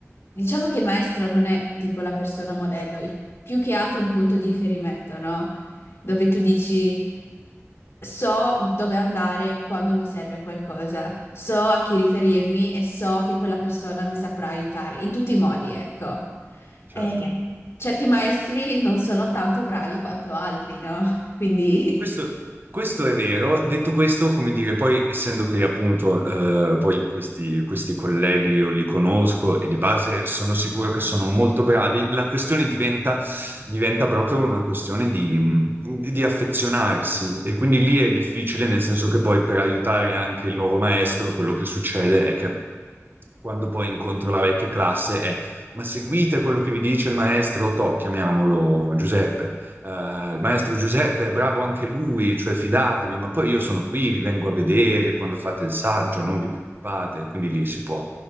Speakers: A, on the left; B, on the right.
A: Diciamo che il maestro non è tipo la persona modello, è più che altro un punto di riferimento, no? Dove tu dici... So dove andare quando mi serve qualcosa, so a chi riferirmi e so che quella persona mi saprà aiutare in tutti i modi, ecco.
B: certo.
A: E certi maestri non sono tanto bravi quanto altri, no? Quindi,
B: Questo, questo è vero, detto questo, come dire, poi essendo che appunto eh, poi questi, questi colleghi io li conosco e di base sono sicuro che sono molto bravi, la questione diventa, diventa proprio una questione di, di affezionarsi e quindi lì è difficile, nel senso che poi per aiutare anche il nuovo maestro quello che succede è che quando poi incontro la vecchia classe è ma seguite quello che vi dice il maestro Tò, chiamiamolo Giuseppe. Eh, il maestro Giuseppe è bravo anche lui, cioè fidatevi, ma poi io sono qui, vi vengo a vedere quando fate il saggio, non vi preoccupate. Quindi lì si può